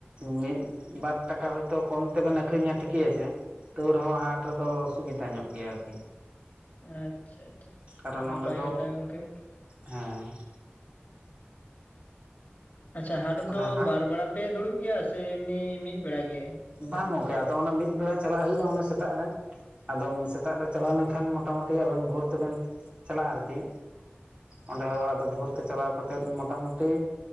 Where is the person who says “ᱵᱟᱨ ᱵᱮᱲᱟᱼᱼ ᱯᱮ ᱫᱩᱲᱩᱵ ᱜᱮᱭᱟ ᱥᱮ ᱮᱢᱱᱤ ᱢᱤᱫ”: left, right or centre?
Left